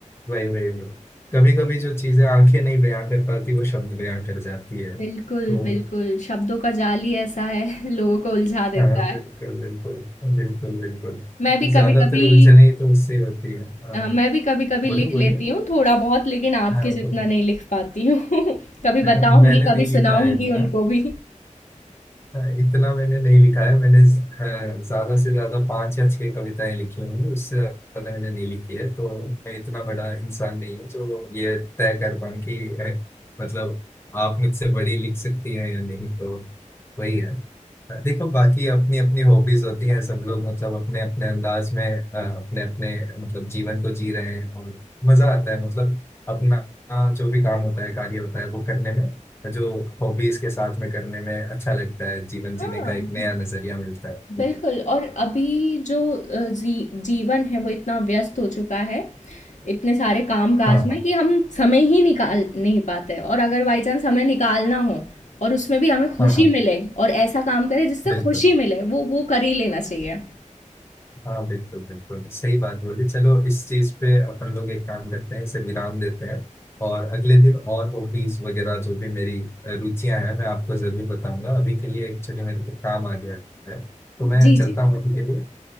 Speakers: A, on the left; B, on the left.
A: वही वही वही कभी कभी जो चीजें आंखें नहीं बयां कर पाती वो शब्द बयां कर जाती है तो
B: बिल्कुल, बिल्कुल, शब्दों का जाल ही ऐसा है, <laughs> लोगों को उलझा देता
A: हाँ
B: है।
A: बिल्कुल बिल्कुल बिल्कुल बिल्कुल
B: मैं भी कभी-कभी
A: ज्यादातर उलझने ही तो उससे ही होती है हाँ
B: अ, मैं भी कभी-कभी
A: बोलिए
B: लिख लेती
A: बोलिए
B: हूँ थोड़ा-बहुत, लेकिन आपके
A: हाँ
B: जितना
A: तो
B: नहीं लिख पाती हूँ। <laughs> कभी
A: <laughs>
B: बताऊँगी,
A: मैंने
B: कभी
A: नहीं लिखा
B: सुनाऊँगी
A: है इतना
B: उनको भी।
A: हाँ, इतना मैंने नहीं लिखा है मैंने ज- हाँ, ज्यादा से ज्यादा पांच या छह कविताएं लिखी होंगी उससे ज्यादा मैंने नहीं लिखी है तो मैं इतना बड़ा इंसान नहीं हूँ जो ये तय कर पाऊँ कि अ, मतलब आप मुझसे बड़ी लिख सकती हैं या नहीं तो वही है अ, देखो बाकी अपनी अपनी हॉबीज होती हैं सब लोग मतलब अपने अपने अंदाज में अ, अपने अपने मतलब जीवन को जी रहे हैं और मजा आता है मतलब अपना अ, जो भी काम होता है कार्य होता है वो करने में जो हॉबीज के साथ में करने में अच्छा लगता है जीवन
B: हाँ।
A: जीने का एक नया नजरिया मिलता है तो,
B: बिल्कुल और अभी जो अ, जी, जीवन है वो इतना व्यस्त हो चुका है इतने सारे काम काज
A: हाँ
B: में
A: हाँ
B: कि हम समय ही निकाल नहीं पाते और अगर बाई चांस समय निकालना हो और उसमें भी हमें खुशी
A: हाँ हाँ
B: मिले और ऐसा काम करें जिससे
A: बिल्कुल
B: खुशी मिले वो वो कर ही लेना चाहिए
A: हाँ बिल्कुल बिल्कुल सही बात बोली चलो इस चीज पे अपन लोग एक काम करते हैं इसे विराम देते हैं और अगले दिन और हॉबीज वगैरह जो भी मेरी अ, रुचियां हैं मैं आपको जरूर बताऊंगा अभी के लिए एक्चुअली मेरे को काम आ गया है तो
B: जी
A: मैं चलता
B: जी जी
A: हूँ
B: बिल्कुल
A: अभी के लिए